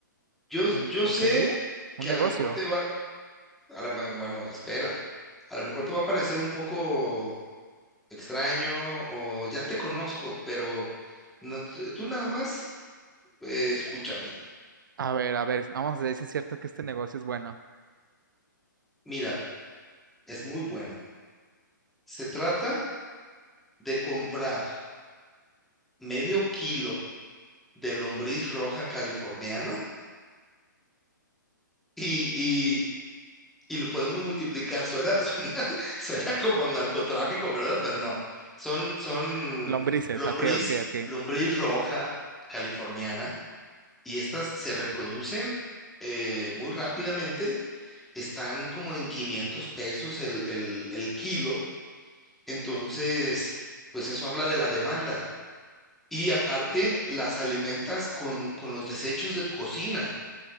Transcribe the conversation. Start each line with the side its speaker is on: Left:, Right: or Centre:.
Centre: Yo,
Right: Un,
Centre: yo
Right: ok,
Centre: sé
Right: un
Centre: que
Right: negocio.
Centre: a lo mejor te va, a la ma- bueno, espera, a lo mejor te va a parecer un poco extraño o ya te conozco, pero no- tú nada más eh, escúchame.
Right: A ver, a ver, vamos a ver si es cierto que este negocio es bueno.
Centre: Mira, es muy bueno. Se trata de comprar medio kilo de lombriz roja californiana y, y, y lo podemos multiplicar. Suena, <laughs> suena, suena como narcotráfico, ¿verdad? Pero no. Son, son
Right: Lombrices,
Centre: lombriz,
Right: ok, ok, ok.
Centre: lombriz roja californiana y estas se reproducen eh, muy rápidamente. Están como en 500 pesos el, el el kilo. Entonces, pues eso habla de la demanda. Y aparte, las alimentas con, con los desechos de tu cocina.